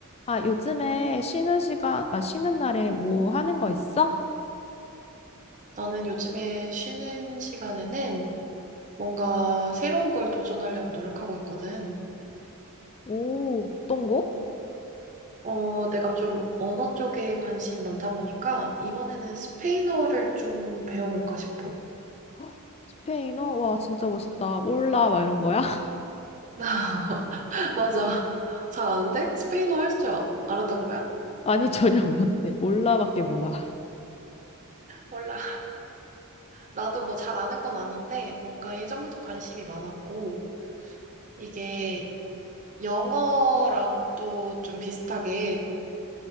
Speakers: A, on the left; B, on the right.
A: 아, 요즘에 쉬는 시간, 아, 쉬는 날에 뭐 하는 거 있어?
B: 나는 요즘에 쉬는 시간에는 뭔가 새로운 걸 도전하려고 노력하고 있거든.
A: 오, 어떤 거?
B: 어, 내가 좀 언어 쪽에 관심이 많다 보니까 이번에는 스페인어를 좀 배워볼까 싶어.
A: 헉, 스페인어? 와, 진짜 멋있다. 올라, 막 이런 거야? <laughs>
B: <laughs> 맞아. 잘 아는데? 스페인어 할 줄 알았던 거야?
A: 아니, 전혀 못해. 올라밖에 몰라.
B: 몰라. 나도 뭐 잘 아는 건 아닌데 뭔가 예전부터 관심이 많았고 이게 영어랑 또 좀 비슷하게